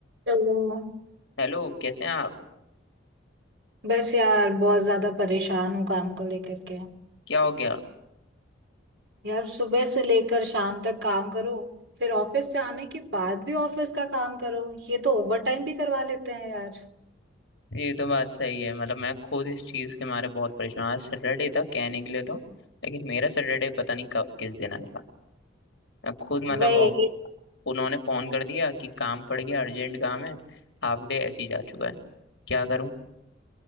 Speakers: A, on the right; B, on the left.
A: तो
B: हेलो कैसे हैं आप
A: बस यार बहुत ज्यादा परेशान हूँ काम को लेकर के
B: क्या हो गया
A: यार सुबह से लेकर शाम तक काम करो फिर ऑफिस से आने के बाद भी ऑफिस का काम करो ये तो ओवर टाइम भी करवा लेते हैं यार
B: ये तो बात सही है मतलब मैं खुद इस चीज़ के मारे बहुत परेशान हूं। आज सैटरडे था कहने के लिए तो लेकिन मेरा सैटरडे पता नहीं कब किस दिन आएगा मैं खुद
A: वही
B: मतलब वो- उन्होंने फ़ोन कर दिया कि काम पड़ गया अर्जेंट काम है हाफ डे ऐसे ही जा चुका है क्या करूं